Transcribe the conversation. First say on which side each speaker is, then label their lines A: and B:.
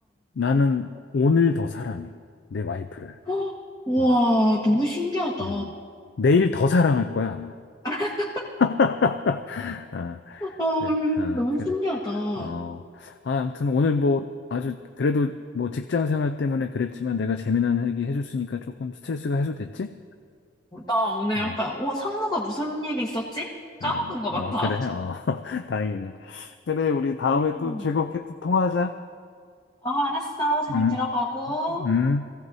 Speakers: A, on the left; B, on the left.
A: 나는 오늘 더 사랑해. 내 와이프를.
B: 헉, 우와,
A: 어,
B: 너무 신기하다.
A: 음. 내일 더 사랑할 거야, 아마.
B: <laughs>
A: <laughs> 아,
B: 어,
A: 네, 아,
B: 너무
A: 그래.
B: 신기하다. 어,
A: 어, 아, 아무튼 오늘 뭐 아주 그래도 뭐 직장 생활 때문에 그랬지만 내가 재미난 얘기 해줬으니까 조금 스트레스가 해소됐지?
B: 나 오늘
A: 응.
B: 약간, 어, 상무가 무슨 일이 있었지? 까먹은
A: 응.
B: 것
A: 어,
B: 같아.
A: 어, 그래. 어, <laughs> 다행이네. 그래, 우리 다음에
B: 어,
A: 또 즐겁게 또 통화하자.
B: 어, 알았어. 잘
A: 응,
B: 들어가고.
A: 응.